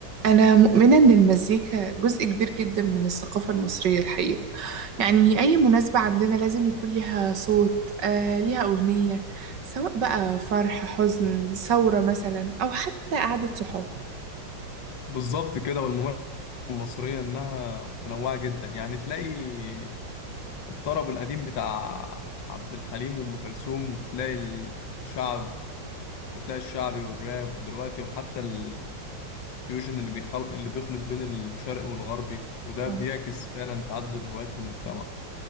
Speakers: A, on the right (about 70°); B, on the left (about 75°).
A: أنا مؤمنة إن المزيكا جزء كبير جدا من الثقافة المصرية الحقيقة يعني أي مناسبة عندنا لازم يكون ليها صوت آه، ليها أغنية سواء بقى فرح حزن ثورة مثلا أو حتى قعدة صحاب
B: بالظبط كده والمميز المصرية إنها متنوعة جدا يعني تلاقي الطرب القديم بتاع عبد الحليم وأم كلثوم وتلاقي الشعب وتلاقي الشعبي والراب دلوقتي وحتى الفيوجن اللي بيخلق اللي بيخلط بين الشرق والغربي وده
A: آه.
B: بيعكس فعلا تعدد الهوايات في المجتمع